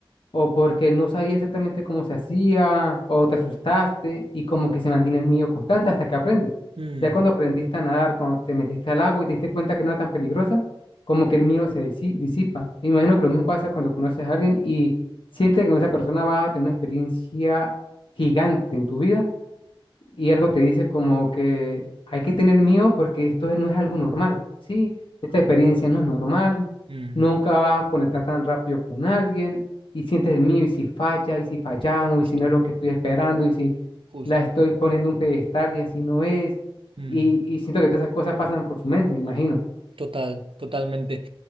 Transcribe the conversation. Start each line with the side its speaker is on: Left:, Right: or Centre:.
Left: o porque no sabía exactamente cómo se hacía, o te asustaste y como que se mantiene el miedo constante hasta que aprendes.
Right: mm,
Left: Ya cuando aprendiste a nadar, cuando te metiste al agua y te diste cuenta que no era tan peligrosa, como que el miedo se disi- disipa. Me imagino que lo mismo pasa cuando conoces a alguien y sientes que con esa persona vas a tener una experiencia gigante en tu vida y algo te dice como que hay que tener miedo porque esto no es algo normal, ¿sí? Esta experiencia no es normal,
Right: mm, mm.
Left: nunca vas a conectar tan rápido con alguien y sientes el miedo y si falla y si fallamos
Right: Justo,
Left: y si no es lo que estoy esperando y si
Right: justo.
Left: la estoy poniendo un pedestal y así no es
Right: Mm.
Left: y, y siento que todas esas cosas pasan por su mente, me imagino,
Right: Total, totalmente.